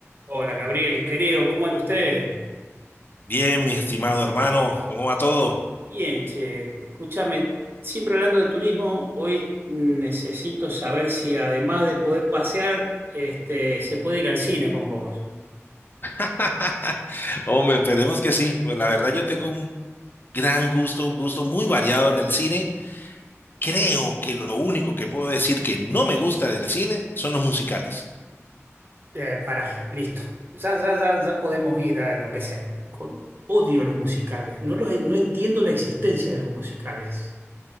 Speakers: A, on the right (about 45°); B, on the left (about 45°).
A: Hola Gabriel, querido, ¿cómo anda usted?
B: Bien, mi estimado hermano, ¿cómo va todo?
A: Bien, che, escúchame, siempre hablando de turismo, hoy necesito saber si además de poder pasear, este, se puede ir al cine con vos.
B: <laughs> Hombre, esperemos que sí. Pues la verdad yo tengo un gran gusto, un gusto muy variado en el cine. Creo que lo único que puedo decir que no me gusta del cine son los musicales.
A: Eh, para, listo. Ya, ya, ya, ya podemos ir a lo que sea. Con- odio los musicales, no los, no entiendo la existencia de los musicales.